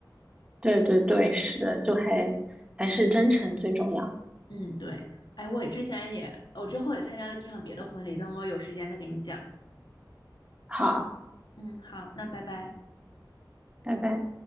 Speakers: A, on the right; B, on the left.
A: 对对对，是，就还还是真诚最重要。
B: 嗯，对。哎，我也之前也，我之后也参加了几场别的婚礼，等我有时间再给你讲。
A: 好，
B: 嗯，好，那拜拜。
A: 拜拜。